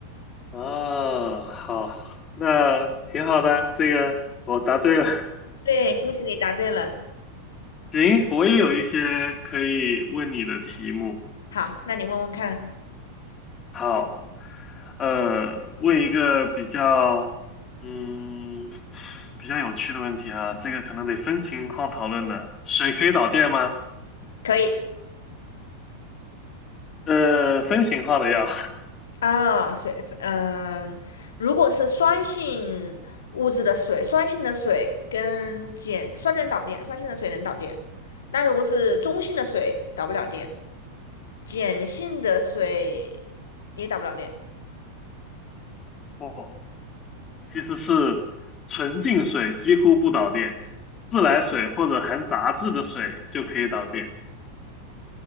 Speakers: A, on the left; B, on the left.
A: 啊，好，那挺好的，这个我答对了。
B: 对，恭喜你答对了。
A: <laughs> 行，我也有一些可以问你的题目。
B: 好，那你问问看，
A: 好，呃，问一个比较，嗯，比较有趣的问题啊，这个可能得分情况讨论的。水可以导电吗？
B: 可以。
A: 呃，分型号的药，
B: 啊，水，嗯，如果是酸性物质的水，酸性的水跟碱，酸能导电，酸性的水能导电。那如果是中性的水，导不了电，碱性的水也导不了电。
A: <laughs> 哦，其实是纯净水几乎不导电，自来水或者含杂质的水就可以导电。